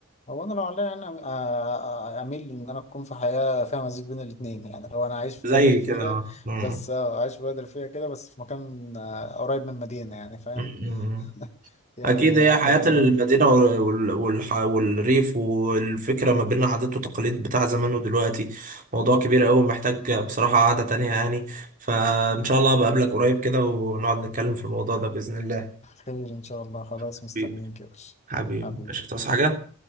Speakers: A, on the left; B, on the right.
A: هو انا لو عليا انا آه، آه، اميل ان انا اكون في حياه فيها مزيج بين الاثنين يعني لو انا عايش في
B: زي
A: بلد ريفيه
B: كده مم.
A: بس آه، عايش في بلد ريفيه كده بس في مكان آه، قريب من مدينه يعني فاهم
B: مم.
A: <laughs> يعني
B: أكيد هي
A: الحته
B: حياة
A: دي مهم
B: المدينة وال- والح- والريف والفكرة ما بين عادات وتقاليد بتاع زمان ودلوقتي موضوع كبير أوي محتاج بصراحة قعدة تانية يعني فإن شاء الله بقابلك قريب كده ونقعد نتكلم في الموضوع ده بإذن الله
A: خير ان شاء الله خلاص
B: أكيد.
A: مستنيك يا باشا
B: حبيبي
A: حبيبي
B: مش هتعوز حاجة